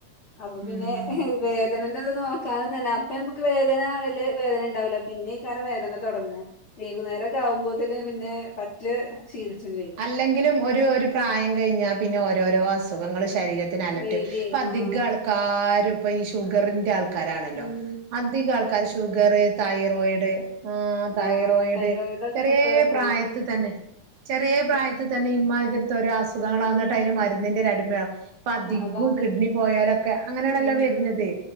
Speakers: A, on the left (about 50°); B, on the right (about 80°).
A: അപ്പ പിന്നെ
B: ഉം
A: വേദനന്റെ നോക്കാനും തന്നെ അപ്പ ഞമ്മക്ക് വേദന വല്യ വേദന ഇണ്ടാവൂല പിന്നെ എയ്കാരം വേദന തൊടങ്ങ വൈകുന്നേരൊക്കെ ആകുമ്പോത്തിന് പിന്നെ പറ്റെ ക്ഷീണിച്ചും ചെയ്യും
B: അല്ലെങ്കിലും ഒരു ഒരൂ പ്രായം കഴിഞ്ഞാൽ പിന്നെ ഓരോരോ അസുഖങ്ങള് ശരീര ത്തിനലട്ട്
A: വേദി
B: ഇപ്പ അധിക
A: ആഹ്
B: ആൾക്കാരും ഇപ്പ ഈ ഷുഗറിന്റെ ആൾ ക്കാരാണല്ലോ
A: ഉം
B: അധികം ആൾക്കാരും ഷുഗർ തൈറോയിഡ് ആ തൈറോയിഡ്
A: ആഹ് ഒക്കെയാണ്
B: ചെറിയേ
A: ഇപ്പൊ
B: പ്രായത്ത്
A: ആഹ്
B: തന്നെ ചെറിയേ പ്രായത്ത്
A: ത
B: തന്നെ ഇമ്മാതിര്ത്തെ ഓരോ അസുഖങ്ങളാവും
A: ഉം
B: ന്ന്ട്ട് അയിന് മരുന്നിന്റെ അടിമാവും പ്പതികും
A: അതാണ്
B: കിഡ്നി പോയാലൊക്കെ അങ്ങനെയാണല്ലോ
A: ഉം
B: വര്ന്നത്